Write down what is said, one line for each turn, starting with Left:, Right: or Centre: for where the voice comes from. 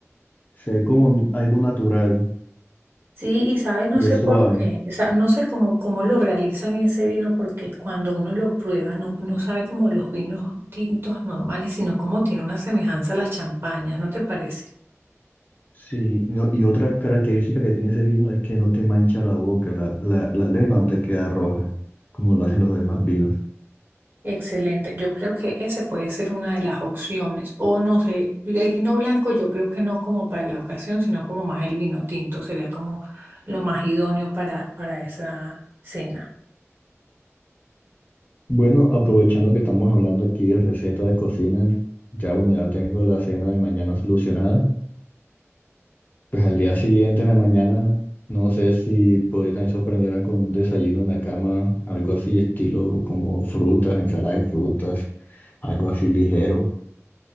Left: Se ve como n- algo natural
Right: Sí, y sabes, no
Left: y
Right: sé
Left: es
Right: por
Left: suave.
Right: qué, o sea, no sé cómo, cómo lo realizan ese vino, porque cuando uno lo prueba no, no sabe como los vinos tintos normales, sino como tiene una semejanza a las champañas, ¿no te parece?
Left: Sí, no- y otra característica que tiene ese vino es que no te mancha la boca, la, la, la lengua no te queda roja, como lo hacen los demás vinos.
Right: Excelente. Yo creo que ese puede ser una de las opciones. O no sé, el vino blanco yo creo que no como para la ocasión, sino como más el vino tinto. Sería como lo más idóneo para, para esa cena.
Left: Bueno, aprovechando que estamos hablando aquí de recetas de cocina, ya bueno, ya tengo la cena de mañana solucionada. Pues al día siguiente, en la mañana, no sé si podría también sorprenderla con un desayuno en la cama, algo así, estilo como frutas, ensalada de frutas, algo así ligero.